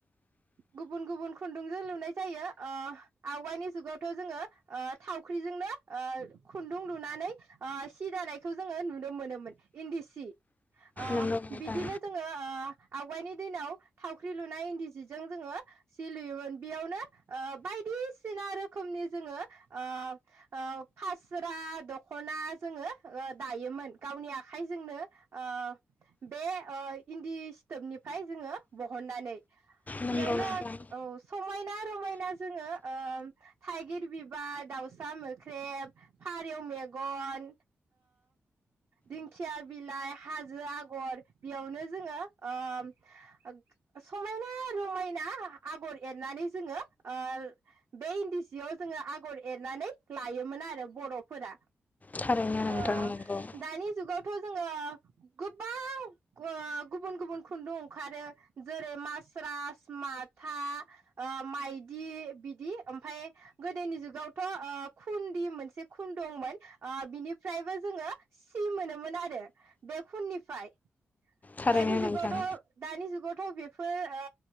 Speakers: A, on the right (about 55°); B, on the left (about 30°).
A: गुबुन गुबुन खुन्दुंजों लुनाय जायो ओ आवगायनि जुगावथ जोङो ओ थावख्रिजोंनो खुन्दुं लुनानै सि दानायखौ जोङो नुनो मोनोमोन इन्दि सि ओ
B: नंगौ नोंथां
A: बिदिनो जोङो ओ आवगायनि दिनाव थावख्रि लुनाय इन्दि स सिजों जोङो सि लुयोमोन बेयावनो ओ बायदिसिना रोखोमनि ओ ओ जोङो फास्रा दखना जोङो ओ दायोमोन गावनि आखाइजोंनो ओ बे ओ इन्दि सिथोबनिफ्राय जोङो बहननानै
B: नंगौ
A: बेयावनो
B: नोंथां
A: औ समायना रमायना जोङो ओ थाइगिर बिबार, दाउसा मोख्रेब, फारौ मेगन, दिंखिया बिलाइ, हाजो आगर बेयावनो जोङो ओ समायना रमायना आगर एरनानै जोङो ओ बे इन्दि सियाव जोङो आगर एरनानै लायोमोन आरो बर'फोरा
B: थारैनो
A: ओ
B: नोंथां नंगौ
A: दानि जगावथ जोङो ओ गोबां गुबुन गुबुन खुन्दुं ओंखारो जेरै मास्रास स्रास माथा ओ माइदि बिदि ओमफ्राय गोदोनि जुगावथ ओ खुदि मोनसे खुन दंमोन ओ बिनिफ्रायबो जोङो सि मोनोमोन आरो बे खुननिफ्राय
B: थारैनो
A: दानि जुगावथ
B: नोंथां
A: दानि जुगाव थ बेफोर ओ